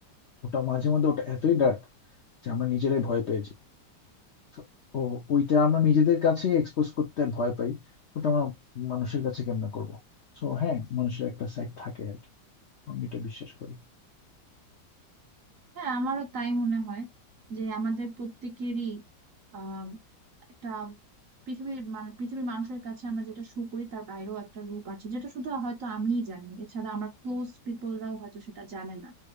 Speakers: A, on the left; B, on the right.
A: ওটা মাঝে মধ্যে ওটা এতই ডার্ক যে আমরা নিজেরাই ভয় পেয়ে যাই তো ও ওইটা আমরা নিজেদের কাছে এক্সপোজ করতে ভয় পাই ওটা আমরা মানুষের কাছে কেমনে করবো তো হ্যাঁ মানুষের একটা সাইড থাকে আর কি। আমি এটা বিশ্বাস করি
B: হ্যাঁ আমারও তাই মনে হয় যে আমাদের প্রত্যেকেরই আহ একটা পৃথিবীর মান- পৃথিবীর মানুষের কাছে আমরা যেটা শো করি তার বাইরেও একটা রূপ আছে যেটা শুধু হয়তো আমিই জানি এছাড়া আমার ক্লোজ পিপলরাও হয়তো সেটা জানে না